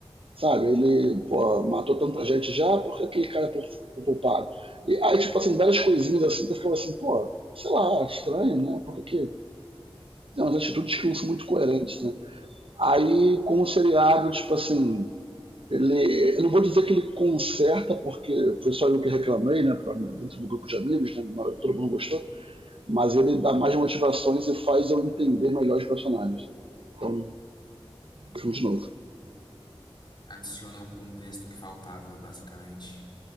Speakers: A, on the right (about 65°); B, on the left (about 50°).
A: sabe, ele pô, matou tanta gente já, por que aquele cara foi poupado? E aí, tipo assim, várias coisinhas assim que eu ficava assim, pô, sei lá, estranho, né? Por que que. Tem umas atitudes que não são muito coerentes, né? Aí, com o seriado, tipo assim, ele, eu não vou dizer que ele conserta, porque foi só eu que reclamei, né, pra- dentro do grupo de amigos, né, todo mundo gostou, mas ele dá mais motivações e faz eu entender melhor os personagens. né. Então, vamos de novo.
B: Adiciona o contexto que faltava, basicamente.